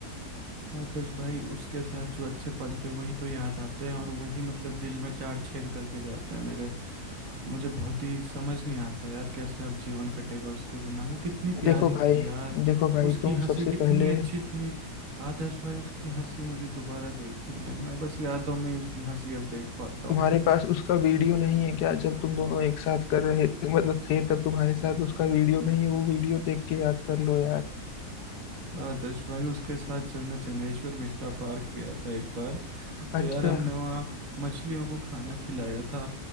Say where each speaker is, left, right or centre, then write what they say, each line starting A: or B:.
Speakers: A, on the right; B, on the left.
A: आदर्श भाई उसके साथ जो अच्छे पल थे वही तो याद आते हैं और वही मतलब दिल में चार छेद करके जाते हैं मेरे मुझे बहुत ही समझ नहीं आता यार कैसे अब जीवन कटेगा उसके बिना वो कितनी
B: देखो
A: प्यारी
B: भाई
A: थी यार
B: देखो भाई
A: उसकी
B: तुम
A: हंसी
B: सबसे
A: कितनी
B: पहले
A: अच्छी थी आदर्श भाई उसकी हंसी मुझे दोबारा देखनी है मैं बस यादों में ही उसकी हंसी अब देख पाता
B: तुम्हारे
A: हूँ
B: पास उसका वीडियो नहीं है क्या जब तुम दोनों एक साथ कर रहे थे मतलब थे तब तुम्हारे साथ उसका वीडियो नहीं है वो वीडियो देख के याद कर लो यार
A: आदर्श भाई उसके साथ जब मैं जनेश्वर मिश्रा पार्क गया था एक बार
B: अच्छा
A: तो यार हमने वहाँ मछलियों को खाना खिलाया था